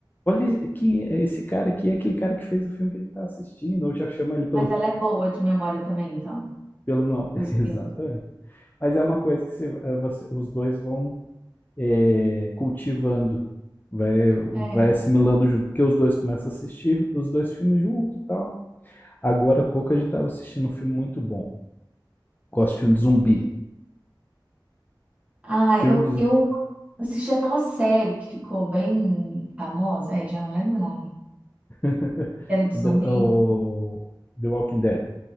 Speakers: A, on the left (about 25°); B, on the right (about 15°).
A: olha quem é esse cara aqui, é aquele cara que fez o filme que a gente está assistindo, ou já chama ele pelo,
B: Mas ela é boa de memória também, então,
A: pelo nome.
B: dos
A: <laughs> Exatamente.
B: filmes.
A: Mas é uma coisa que você, é, você- os dois vão é, cultivando, vai,
B: É.
A: vai assimilando junto, porque os dois começam a assistir os dois filmes junto e tal. Agora há pouco a gente estava assistindo um filme muito bom. Gosto de filme de zumbi.
B: Ah,
A: Filme
B: eu,
A: de.
B: eu assisti aquela série que ficou bem famosa, aí já não lembro o nome.
A: <laughs> o
B: Era de zumbi,
A: The, o The Walking Dead.